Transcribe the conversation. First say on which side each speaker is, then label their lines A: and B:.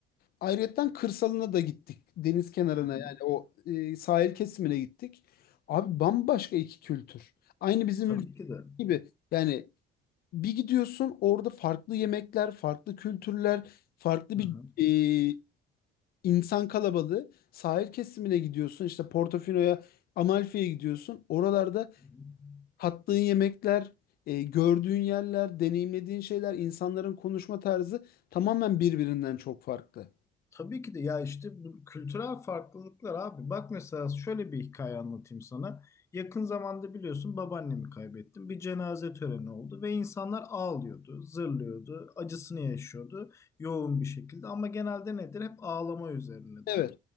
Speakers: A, on the left; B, on the left.
A: Ayrıyeten kırsalına da gittik. Deniz kenarına
B: Hı hı.
A: yani o e, sahil kesimine gittik. Abi bambaşka iki kültür. Aynı bizim
B: Tabii
A: ülke
B: ki de.
A: gibi. Yani bir gidiyorsun orada farklı yemekler, farklı kültürler, farklı
B: Hı
A: bir
B: hı.
A: e, İnsan kalabalığı. Sahil kesimine gidiyorsun işte Portofino'ya, Amalfi'ye gidiyorsun. Oralarda
B: Hı hı.
A: tattığın yemekler, e, gördüğün yerler, deneyimlediğin şeyler, insanların konuşma tarzı tamamen birbirinden çok farklı.
B: Tabii ki de ya işte bu kültürel farklılıklar abi. Bak mesela şöyle bir hikaye anlatayım sana. Yakın zamanda biliyorsun babaannemi kaybettim. Bir cenaze töreni oldu ve insanlar ağlıyordu, zırlıyordu, acısını yaşıyordu yoğun bir şekilde. Ama genelde nedir? Hep ağlama üzerinedir.
A: Evet.